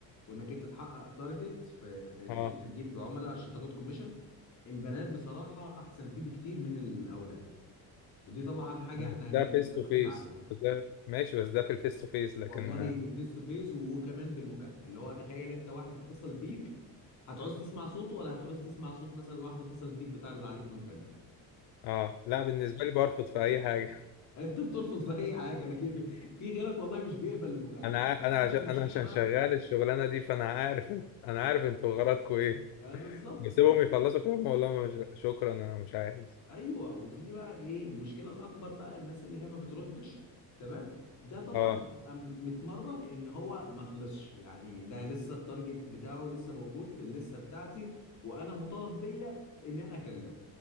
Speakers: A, on the left (about 50°); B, on the left (about 75°).
A: وانك انت تحقق تارجت في, في انك
B: اه
A: انت تجيب عملاء عشان تاخد كوميشن البنات بصراحة احسن فيه بكتير من الاولاد ودي طبعا حاجة
B: بس
A: احنا
B: ده
A: هنبقى
B: فيس
A: متفقين
B: تو فيس
A: عليها
B: بس ده ماشي بس ده في الفيس تو فيس لكن
A: والله بالفيس تو فيس وكمان بالمكالمة اللي هو تخيل انت واحد اتصل بيك هتعوز تسمع صوته ولا هتعوز تسمع صوت مثلا واحدة اتصلت بيك بتعرض عليك منتج
B: اه لا بالنسبه لي برفض في اي حاجه
A: انت بترفض في اي حاجه لكن في غيرك والله مش بيقبل
B: <laughs>
A: المكالمه
B: انا ع- انا
A: عندي
B: عشان
A: المشكله
B: انا عشان
A: بقى
B: شغال الشغلانه دي فانا عارف إن- انا عارف انتوا غرضكم ايه
A: آه بالظبط
B: بسيبهم
A: بقى
B: يخلصوا كلام والله مش... شكرا انا مش عايز
A: ايوه وفي بقى ايه المشكله الاكبر بقى الناس اللي هي ما بتردش تمام ده طبعا
B: اه
A: بيبقى متمرك ان هو ما خلصش يعني ده لسه التارجت بتاعه لسه موجود في الليسته بتاعتي وانا مطالب بيا ان انا اكلمه